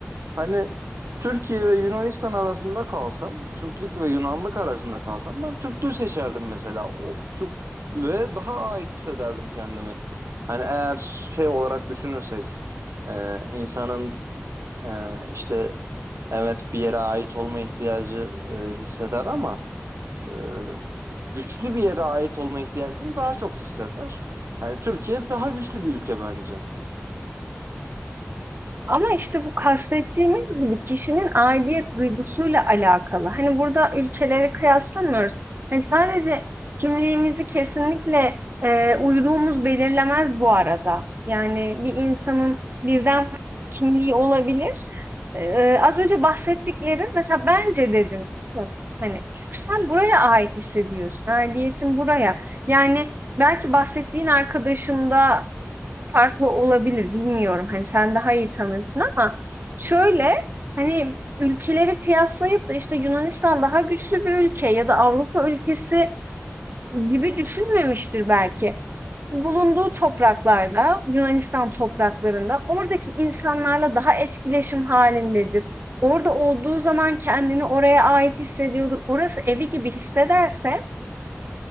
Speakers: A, on the right; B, on the right.
A: Hani Türkiye ve Yunanistan arasında kalsam, Türklük ve Yunanlık arasında kalsam ben Türklüğü seçerdim mesela. O Türklüğe daha ait hissederdim kendimi. Hani eğer şey olarak düşünürsek, e, insanın e, işte evet bir yere ait olma ihtiyacı e, hisseder ama e, güçlü bir yere ait olma ihtiyacını daha çok hisseder. Hani Türkiye daha güçlü bir ülke bence.
B: Ama işte bu kastettiğimiz gibi kişinin aidiyet duygusuyla alakalı. Hani burada ülkeleri kıyaslamıyoruz. Hani sadece kimliğimizi kesinlikle e, uyruğumuz belirlemez bu arada. Yani bir insanın birden fazla kimliği olabilir. E, e, az önce bahsettiklerin mesela bence dedim. Hani çünkü sen buraya ait hissediyorsun. Aidiyetin buraya. Yani belki bahsettiğin arkadaşında farklı olabilir, bilmiyorum. Hani sen daha iyi tanırsın ama şöyle hani ülkeleri kıyaslayıp da işte Yunanistan daha güçlü bir ülke ya da Avrupa ülkesi gibi düşünmemiştir belki. Bulunduğu topraklarda, Yunanistan topraklarında oradaki insanlarla daha etkileşim halindedir. Orada olduğu zaman kendini oraya ait hissediyordur. Orası evi gibi hissederse